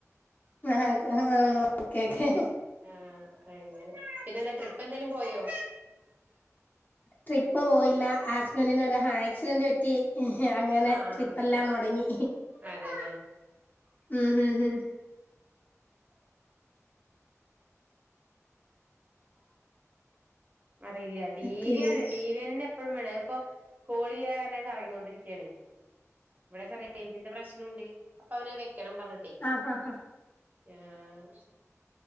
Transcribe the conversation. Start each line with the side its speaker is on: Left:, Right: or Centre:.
Left: ആഹ് ഓക്കെ ഓക്കേ
Right: ആഹ് അങ്ങനെ പിന്നെ എന്താ ട്രിപ്പ് എന്തേലും പോയോ
Left: ട്രിപ്പ് പോയില്ല
Right: ഉം
Left: ഹസ്ബന്റിനൊരു ആക്സിഡന്റ് പറ്റി അങ്ങനെ
Right: ആഹ്
Left: ട്രിപ്പ് എല്ലാം മുടങ്ങി
Right: അതെല്ലേ
Left: ഉം ഹും ഹും
Right: അറിയില്ല ടി
Left: പിന്നെ
Right: വി യാണ് ടി വി തന്നെ എ പ്പോഴും വേണം ഇതിപ്പോ കോളിയന്നെ കറങ്ങിക്കൊണ്ടിരിക്കയാണ് ഇവിടെ ചെറിയാ റേയ്ഞ്ചിന്റെ പ്രശ് നോണ്ട് അപ്പൊ അവന വെക്കണോന്ന് പറഞ്ഞിട്ടേ
Left: ആഹ് ആഹ് ആഹ്
Right: ആഹ്